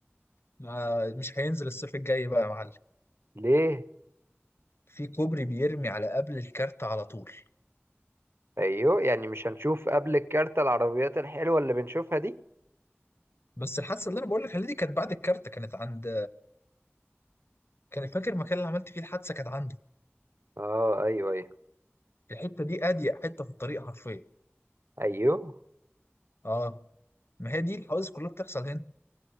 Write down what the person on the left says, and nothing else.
ما- مش هينزل الصيف الجاي بقى يا معلم
في كوبري بيرمي على قبل الكارت على طول
بس الحادثه اللي انا بقول لك عليها دي كانت بعد الكارت كانت عند كان فاكر المكان اللي عملت فيه الحادثه كانت عنده
الحته دي اضيق حته في الطريق حرفيا
اه ما هي دي الحوادث كلها بتحصل هنا